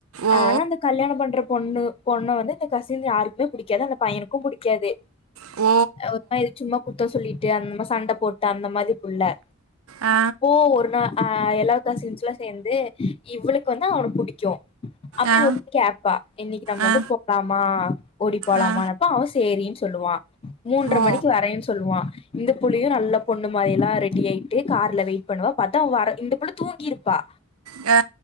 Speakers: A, on the right; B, on the left.
A: ஓ
B: ஆனா அந்த கல்யாணம் பண்ற பொண்ணு பொண்ணை வந்து இந்த கசின் யாருக்குமே புடிக்காது அந்த பையனுக்கு புடிக்காது
A: ஓ
B: ஒரு மாரி சும்மா ஒரு குத்த சொல்லிட்டு சும்மா சண்ட போட்டுட்டு அந்த மாரி புள்ள
A: ஆ
B: இப்போ ஒரு நாள் ஆ எல்லா காசின்ஸுலா சேந்து இவ்வளுக்கு வந்து அவன புடிக்கு அப்ப
A: ஆ
B: இவ கேப்பா இன்னைக்கு நம்ம
A: ஆ
B: வந்து போலாமா ஓடி போலாமானப்பா
A: ஆ
B: அவ சேரின்னு சொல்லுவா மூண்ர
A: ஓ
B: மணிக்கு வரன்னு சொல்லுவா இந்த புள்ளையு நல்ல பொண்ணு மாரில்லா ரெடி ஆயிட்டு கார்ல வெயிட் பண்ணுவா பாத்தா வர இந்த புள்ள தூங்கியிருப்பா
A: ஆ